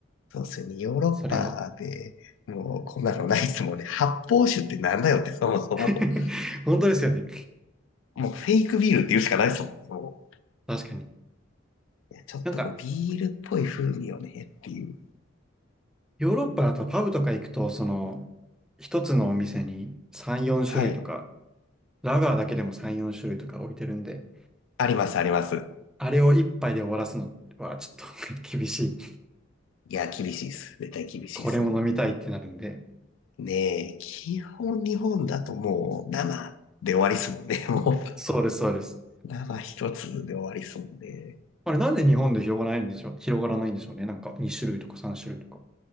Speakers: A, on the left; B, in the centre.
A: そうですよね。ヨーロッパで、
B: それは。
A: もう、こんなのないですもんね。発泡酒ってなんだよって、そもそも。
B: <laughs> 本当ですよね。
A: もう、フェイクビールって言うしかないですもんね。も
B: 確かに。
A: う、いやちょっとこう、
B: なんか、
A: ビールっぽい風味よねっていう。
B: ヨーロッパだとパブとか行くと、その、一つのお店に3、4種類とか
A: はい。
B: ラガーだけでも3、4種類とか置いてるんで、
A: あります、あります。
B: あれを1杯で終わらすのはちょっと <laughs> 厳しい。
A: いや、厳しいです。絶対厳しいです。
B: これも飲みたいってなるんで。
A: その、ねえ、基本日本だともう生で終わりっすもんね。<laughs> も
B: そうです、そうです。
A: う、生一つで終わりっすもんね。
B: あれなんで日本で広がらないんでしょう、広がらないんでしょうね。なんか2種類とか3種類とか。